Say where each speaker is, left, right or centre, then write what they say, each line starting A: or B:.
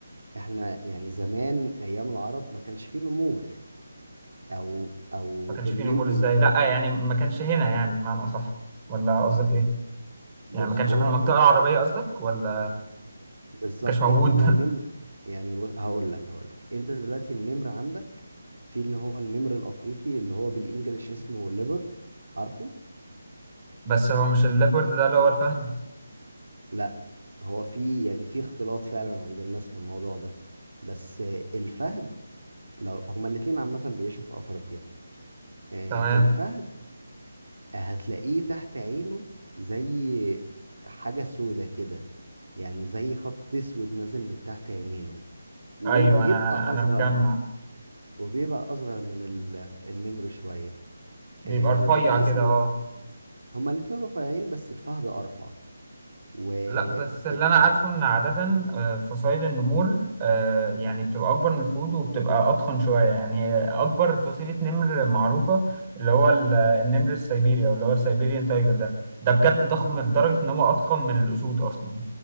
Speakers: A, on the right (about 80°); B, on the right (about 25°).
A: احنا يعني زمان ايام العرب ما كانش فيه نمور او او
B: ما كانش
A: النمر
B: فيه نمور
A: المخطط
B: ازاي لا يعني ما كانش هنا يعني بمعنى اصح ولا قصدك ايه
A: بص
B: يعني ما كانش
A: هو
B: في المنطقه العربيه قصدك ولا
A: بالظبط
B: ما كانش موجود
A: يعني هو النمر يعني بص هقول لك هقول لك انت دلوقتي النمر عندك في اللي هو النمر الافريقي اللي هو بالانجلش اسمه ليبرت عارفه
B: <laughs> بس هو مش الليبرد ده اللي هو الفهد
A: لا هو في يعني في اختلاط فعلا عند الناس في الموضوع ده بس آه، الفهد لو هما الاتنين عامة بيعيشوا في افريقيا آه،
B: تمام
A: الفهد هتلاقيه تحت عينه زي حاجة سودة كده يعني زي خط اسود نازل من تحت عينينه وبيبقى
B: ايوه انا
A: اصغر
B: انا مجمع
A: وبيبقى اصغر من ال- النمر شويه
B: بيبقى
A: آه
B: رفيع
A: وده
B: كده
A: اسمه
B: اه
A: هما الاتنين رفيعين بس الفهد ارفع و
B: لا بس اللي
A: ال...
B: انا عارفه ان عاده آه، فصائل النمور آه، يعني بتبقى اكبر من الفهود وبتبقى اضخم شويه يعني اكبر فصيله نمر معروفه اللي هو ال- النمر السيبيري او اللي هو السيبيريان تايجر ده ده بجد ضخم
A: ما...
B: لدرجه ان هو اضخم من الاسود اصلا